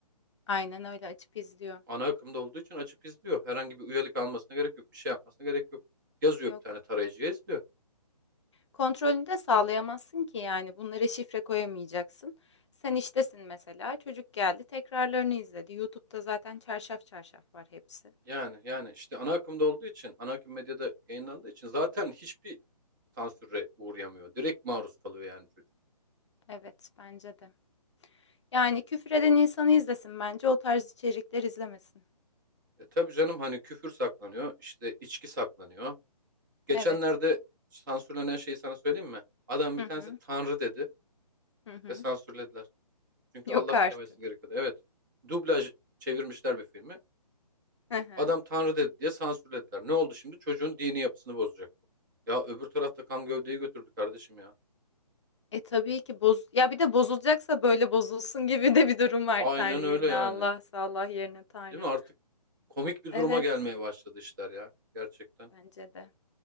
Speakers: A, on the left (about 45°); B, on the right (about 30°).
A: aynen öyle açıp izliyor.
B: Ana akımda olduğu için açıp izliyor. Herhangi bir üyelik almasına gerek yok, bir şey yapmasına gerek yok. Yazıyor
A: Yok.
B: bir tane tarayıcıya izliyor.
A: Kontrolünü de sağlayamazsın ki yani bunlara şifre koyamayacaksın. Sen iştesin mesela çocuk geldi tekrarlarını izledi. YouTube'da zaten çarşaf çarşaf var hepsi.
B: Yani yani işte ana akımda olduğu için, ana akım medyada yayınlandığı için zaten hiçbir sansüre uğrayamıyor. Direkt maruz kalıyor yani çocuk.
A: Evet bence de. Yani küfreden insanı izlesin bence o tarz içerikler izlemesin.
B: E tabii canım hani küfür saklanıyor, işte içki saklanıyor. Geçenlerde
A: Evet.
B: sansürlenen şeyi sana söyleyeyim mi? Adam bir
A: Hı
B: tanesi
A: hı
B: Tanrı dedi
A: hı hı.
B: ve sansürlediler. Çünkü
A: Yok
B: Allah
A: artık.
B: demesi gerekiyordu. Evet. Dublaj çevirmişler bir filmi.
A: Hı hı.
B: Adam Tanrı dedi diye sansürlediler. Ne oldu şimdi? Çocuğun dini yapısını bozacak bu. Ya öbür tarafta kan gövdeyi götürdü kardeşim ya.
A: E tabii ki boz ya bir de bozulacaksa böyle bozulsun gibi de bir durum var
B: Aynen
A: Tanrı yerine
B: öyle yani.
A: Allah, Allah yerine Tanrı.
B: Değil mi? Artık komik bir
A: Evet
B: duruma gelmeye başladı işler ya. Gerçekten.
A: bence de.